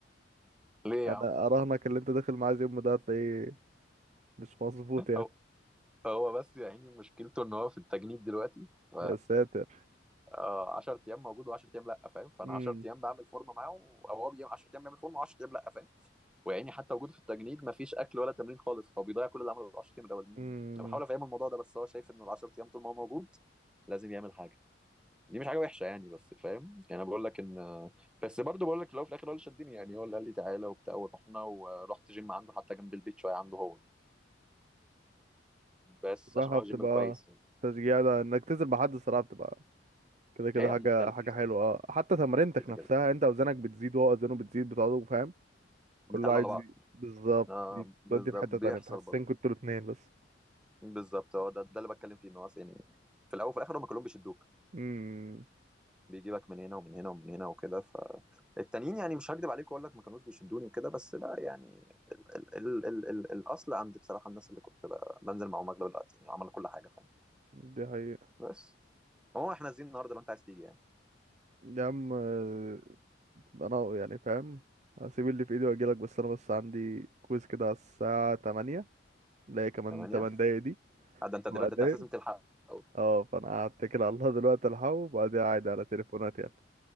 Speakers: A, in the centre; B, on the right.
A: ليه يا
B: أنا
A: عم
B: أراهنك اللي أنت داخل معاه جيم ده هتلاقيه مش مظبوط يعني
A: هو هو بس يا عيني مشكلته ان هو في التجنيد دلوقتي ف
B: يا ساتر
A: آه، 10 ايام موجود و10 ايام لا فاهم فانا
B: مم.
A: 10 ايام بعمل فورمه معاه او هو بيعمل 10 ايام بيعمل فورمه و10 ايام لا فاهم ويعني حتى وجوده في التجنيد مفيش اكل ولا تمرين خالص هو بيضيع كل اللي عمله ال 10 ايام الاولانيين
B: مم.
A: يعني. انا بحاول افهمه الموضوع ده بس هو شايف ان ال 10 ايام طول ما هو موجود لازم يعمل حاجه دي مش حاجه وحشه يعني بس فاهم يعني انا بقول لك ان بس برضه بقول لك في الاول وفي الاخر هو اللي شدني يعني هو اللي قال لي تعالى وبتاع ورحنا ورحت جيم عنده حتى جنب البيت شويه عنده هو بس
B: صراحة
A: عشان هو
B: بتبقى
A: جيم كويس يعني
B: تشجيع ده إنك تنزل مع حد الصراحة بتبقى كده كده
A: هي
B: حاجة
A: مختلفه
B: حاجة
A: بصراحه
B: حلوة اه حتى تمرينتك
A: كده
B: نفسها
A: كده
B: أنت أوزانك بتزيد وهو أوزانه بتزيد بتقعدوا فاهم كله
A: بيتعلقوا
B: عايز
A: على بعض
B: ي- بالظبط
A: آه بالظبط
B: تودي في حتة
A: بيحصل
B: تانية بتحسسني
A: برضه
B: كنتوا الاتنين بس
A: بالظبط هو ده ده اللي بتكلم فيه ان هو أصل يعني في الاول وفي الاخر هم كلهم بيشدوك
B: امم
A: بيجيبك من هنا ومن هنا ومن هنا وكده فالتانيين يعني مش هكدب عليك واقول لك ما كانوش بيشدوني وكده بس لا يعني ال ال ال ال ال الاصل عند بصراحه الناس اللي كنت بقى بنزل معاهم اغلب الوقت يعني عملوا كل حاجه فاهم
B: دي حقيقة
A: بس هو احنا نازلين النهارده لو انت عايز تيجي يعني
B: يا عم آه، انا يعني فاهم هسيب اللي في ايدي واجيلك بس انا بس عندي كويز كده على الساعة تمانية اللي هي كمان
A: 8
B: تمن دقايق دي
A: ده انت دلوقتي
B: سبع دقايق
A: أنت لازم تلحق أوي.
B: اه فانا هتكل على الله دلوقتي الحق وبعدين قاعد على تليفونات يعني